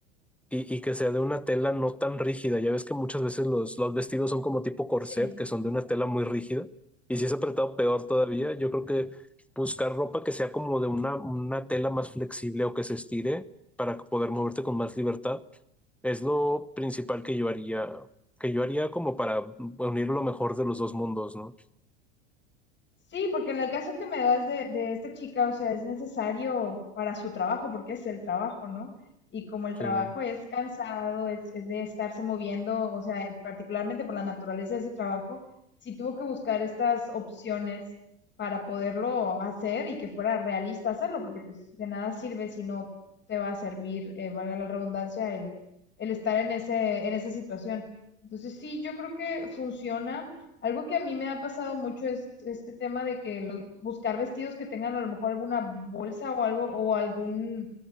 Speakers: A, in the centre; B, on the left.
A: y, y que sea de una tela no tan rígida. Ya ves que muchas veces los, los vestidos son como tipo corset,
B: sí.
A: que son de una tela muy rígida. Y si es apretado, peor todavía. Yo creo que buscar ropa que sea como de una, una tela más flexible o que se estire para poder moverte con más libertad es lo principal que yo haría, que yo haría como para unir lo mejor de los dos mundos, ¿no?
B: Sí, porque en el caso que me das de, de esta chica, o sea, es necesario para su trabajo, porque es el trabajo, ¿no? Y como el
A: Sí.
B: trabajo es cansado, es, es de estarse moviendo, o sea, particularmente por la naturaleza de ese trabajo, sí tuvo que buscar estas opciones para poderlo hacer y que fuera realista hacerlo, porque pues de nada sirve si no te va a servir, eh, valga la redundancia, el, el estar en ese, en esa situación. Entonces sí, yo creo que funciona algo que a mí me ha pasado mucho es este tema de que los- buscar vestidos que tengan a lo mejor alguna bolsa o algo o algún